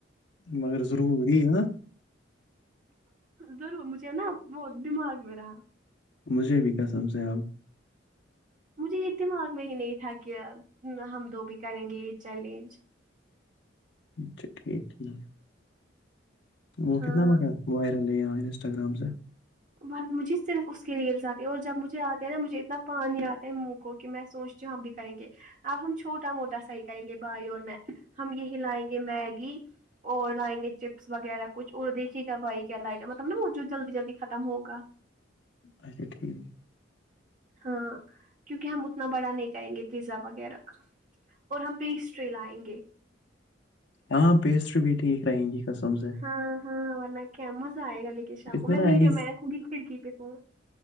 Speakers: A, on the left; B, on the right.
A: مگر ضروری ہ
B: ضرور مجھے نا وہ دماغ میں رہا
A: مجھے بھی قسم سےاحب
B: مجھے یہ دماغ میں ہی نہیں تھا کہ ہم دو بھی کریں گے یہ چیلنج
A: اچھا ٹھیک ٹھیک وہ
B: ہاں
A: کتنا بق ہے وائرل ہے یہاں انسٹا گرام سے
B: ب مجھے صرف اس کے ریلس آتی اور جب مجھے آتے ہیں نا مجھے اتنا پانی آتا ہے منہ کو کہ میں سوچ جو ہم بھی کریں گے اب ہم چھوٹا موٹا صحیح کریں گے بھائی اور میں ہم یہی لائیں گے میگی اور لائیں گے چپس وغیرہ کچھ اور دیکے گا بائی کیا لائے گا مطلب نا وہ جو جلدی جلدی ختم ہوگا
A: اچا ٹھیک ہے
B: ہاں کیونکہ ہم اتنا بڑا نہیں کریں گے پیزا وغیرہ کا اور ہم پیسٹری لائیں گے
A: ہاں پیسٹ بھی ٹھیک رہیں گی کسم سے
B: ہاں ہاں ورنہ کیا مزہ آئے گا لے کےے شاہ
A: اس
B: کو میں
A: نا
B: ویڈیو
A: یہی
B: میں رکھوں گی پھر کی پہ فون